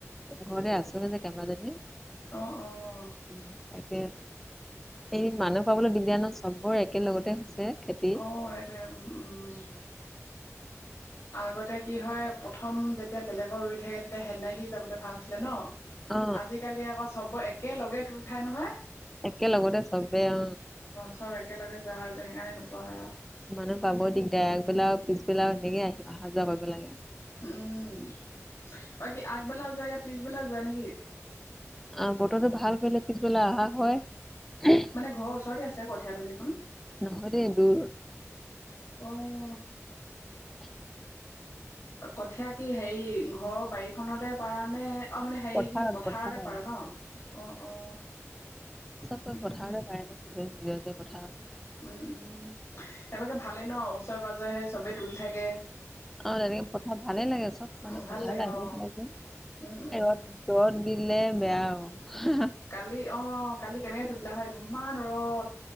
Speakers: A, in the centre; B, on the left.
A: ঘৰ আছে যে কমাজি <unintelligible>
B: অ', অ'।
A: উ, তাকে, সেই মানুহ পাবলৈ দিগদাৰ ন' সবৰে একেলগতে হৈছে। খেতি
B: অ', সেইটোয়ে, উ, উম। আগতে কি হয়, প্ৰথম যেতিয়া বেলেগৰ ৰুই থাকে তেতিয়া হেন্দাই সি যাবলৈ ভাল আছিলে ন'।
A: অ
B: আজিকালি আকৌ চবৰে একে লগে তোল খাই নহয়।
A: একেলগতে সবেই অ'।
B: চব একেলগে যোৱা হয় যে সেইকাৰণে নোপোৱা হয় আৰু
A: মানুহ পাব দিগদাৰ, আগবেলা আৰু পিছবেলা, এনেকে আহি অহা যোৱা কৰিব লাগে।
B: উম, আৰু কি আগবেলাও যোৱা গে পিছবেলাও যোৱা নেকি?
A: আৰু বতৰটো ভাল কৰিলে পিছবেলাই অহা হয়।
B: মানে ঘৰৰ ওচৰতে আছে কঠিয়াতলীখন।
A: নহয় দে দূৰ।
B: অ'। কঠীয়া কি হেৰি ঘৰৰ বাৰীখনতে পাৰা নে? অ', মানে হেৰি
A: পথাৰত
B: কি পথাৰতে
A: পথাৰত
B: পাৰে ন' অ', অ'।
A: সব গৈ
B: উম।
A: পথাৰতে পাৰে ন' সবে নিজৰ নিজৰ পথাৰ।
B: উম, উম, এবাকে ভালেই ন' ওচৰে পাজৰে সেই চবেই তুলি থাকে।
A: অ', তেনেকে পথাৰত ভালে লাগে, সব মানুহ
B: অ', ভাল
A: পথাৰলে
B: লাগে
A: আহি
B: অ',
A: পেলাই যে
B: উম, উম।
A: ৰ'দ দিলে বেয়া অ'।
B: কালি অ' কালি কেনেকৈ তুলিলা হয়, ইমান ৰ'দ